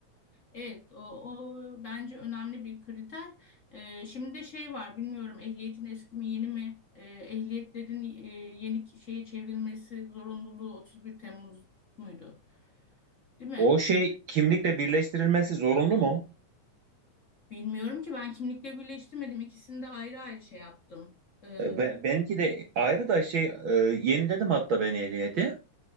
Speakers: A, on the left (about 40°); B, on the right (about 65°).
A: Evet, o, o bence önemli bir kriter. Ee, şimdi de şey var, bilmiyorum ehliyetin eski mi yeni mi? Ee, ehliyetlerin e, yeni ki- şeye çevrilmesi zorunluluğu 31 Temmuz muydu? Değil mi?
B: O şey kimlikle birleştirilmesi zorunlu mu?
A: Bilmiyorum ki ben kimlikle birleştirmedim. İkisini de ayrı ayrı şey yaptım. Ee,
B: E, be- benimki de ayrı da şey e, yeniledim hatta ben ehliyeti.